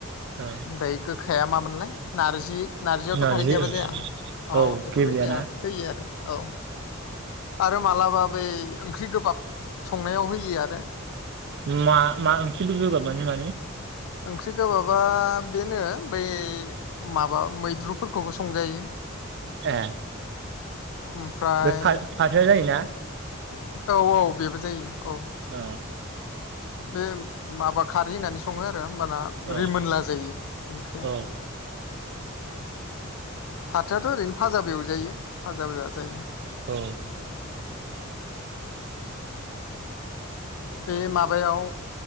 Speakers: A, on the right; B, on the left.
A: औ
B: बायखो गोखाया मामोनलाय नार्जि नारजियावथ'
A: नारजि
B: खारै गैयाबा जाया अ
A: औ
B: बेफोरबायदिया
A: गेब्लेयाना
B: होयो आरो औ आरो मालाबा बै ओंख्रि गोबाब संनायाव होयो आरो
A: मा मा ओंख्रि गोगाब मानि
B: ओंख्रि गोबाबबा बेनो बै माबा मैद्रुफोरखौबो संजायो
A: ए
B: ओमफ्राय
A: बे फा-फाथोया जायोना
B: औ औ बेबो जायो औ
A: ओ
B: बे माबा खारै होननानै सङो आरो होमबाना
A: औ
B: रिमोनला जायो ओंख्रिया
A: औ
B: फाथोयाथ' ओरैनो फाजाबो एवजायो फाजाबो जाजायो
A: औ
B: बे माबायाव